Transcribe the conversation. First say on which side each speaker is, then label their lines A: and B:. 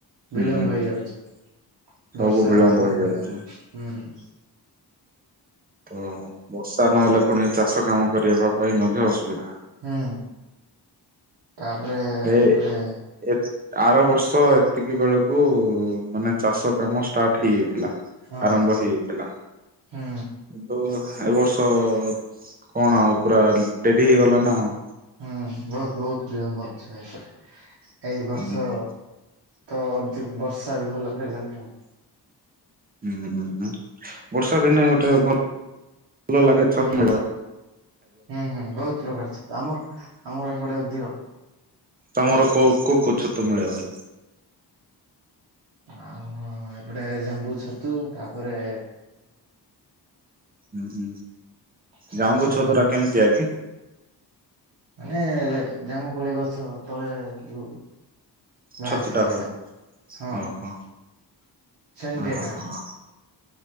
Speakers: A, on the right; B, on the right.
A: ହୁଁ
B: ବିଳମ୍ବ ହେଇଯାଉଛି,
A: ସବୁ
B: ବର୍ଷା
A: ବିଳମ୍ବ
B: ବହୁତ
A: ହେଇଯାଉଛି
B: ବିଳମ୍ବ।
A: ତ ବର୍ଷା ନହେଲେ ପୁଣି ଚାଷ କାମ କରିବା ପାଇଁ ମଧ୍ୟ ଅସୁବିଧା।
B: ହୁଁ, ତାପରେ ଏପଟେ
A: ଏ ଏ ଆର ବର୍ଷ ଏତିକି ବେଳକୁ ମାନେ ଚାଷ କାମ ଷ୍ଟାର୍ଟ ହେଇଯାଇ ହେଲା
B: ହଁ
A: ଆରମ୍ଭ ହେଇଯାଇଥିଲା
B: ହୁଁ
A: ତ ଏ ବର୍ଷ କଣ ଆଉ ପୁରା ଡେରି ହେଇଗଲା ନା ଭୁ ଆଉ।
B: ହୁଁ ବହୁତ ବହୁତ ବିଳମ୍ବ ହଉଛି ଭାଇ ଏପଟେ ଏଇ ବର୍ଷ
A: ହୁଁ
B: ତ ଅଧେ ବର୍ଷା ବି ଭଲ ହେଲାନି ଆଉ।
A: ହୁଁ ହୁଁ ହଁ ବର୍ଷା ଦିନେ ଗୋଟେ ଭ ଆଗେ ଛୋକ୍
B: ହୁଁ
A: ମିବ ଉଥି
B: ହୁଁ ହୁଁ ବହୁତ ପ୍ରକାର ଛକ୍ ଆମର ଆମର ଏପଟେ ଅଧିକ
A: ତମର କୋଉ କୋଉକୁ ଛତୁ ମିଳେ ଭାଇ।
B: ଆଉ ଏପଟେ ଜାମ୍ବୁ ଛତୁ ତାପରେ
A: ହୁଁ ହୁଁ
B: ତ
A: ଜାବୁଛ
B: ଗଛ ଗୁଡାକ
A: ତୁରା କେମିତି ଆ କି
B: ମାନେ ଜାମୁକୋଳି ଗଛ ତଳେ ଯୋଉ ବାହାରିଥା
A: ଛତୁଟା
B: ସେଛଡ଼ା
A: ହୁଏ?
B: ହଁ
A: ଓହୋ
B: ସ ନ୍ଧ୍ୟା
A: ଓହୋ
B: ଟା